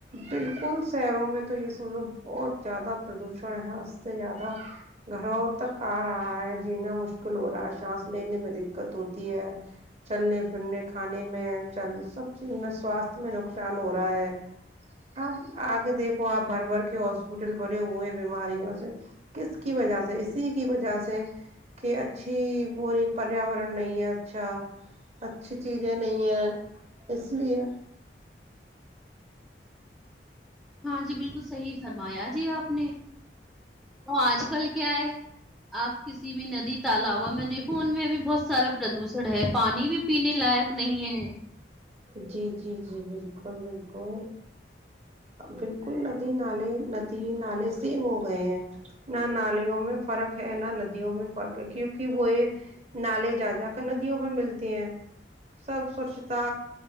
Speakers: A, on the right; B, in the centre.
A: بالکل شہروں میں تو یہ س لوگ بہت زیادہ پردوشن ہے س اس سے زیادہ گھروں تک آ رہا ہے جینا مشکل ہو رہا ہے سانس لینے میں دقت ہوتی ہے چلنے پھرنے کھانے میں چل سب چیز میں سواستھ میں نقصان ہو رہا ہے اب آگے دیکھو آپ بھر بھر کے ہاسپٹل بھرے ہوئے ہیں بیماریوں سے کس کی وجہ سے اسی کی وجہ سے کہ اچھی وہ پریاورن نہیں ہے اچھا اچھی چیزیں نہیں ہے اس لیے
B: ہاں جی بالکل صحیح فرمایا جی آپ نے تو آج کل کیا ہے آپ کسی بھی ندی تالوا میں دیکھو ان میں بھی بہت سارا پردوشن ہے پانی بھی پینے لائق نہیں ہے ج
A: جی جی جی بال بکل بالکل بالکل نہ ن نالے ندی نالے سیم ہو گئے ہیں نہ نالیوں میں فرق ہے نہ ندیوں میں فرق ہے کیونکہ وہ یہ نالے جا جا کر ندیوں میں ملتے ہیں سب سوچھتا